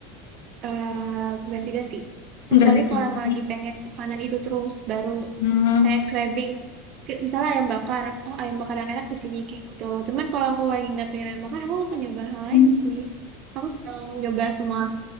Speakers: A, on the right; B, on the left.
A: eh ganti-ganti. Kecuali
B: Ganti-ganti.
A: kalau emang lagi pengen makanan itu terus, baru
B: Hmm.
A: kayak craving. Kayak Misalnya ayam bakar, oh ayam bakar yang enak di sini kayak gitu. Cuman kalau aku lagi nggak pengen ayam bakar, aku akan nyoba hal lain
B: Hmm.
A: sih. Aku senang nyoba semua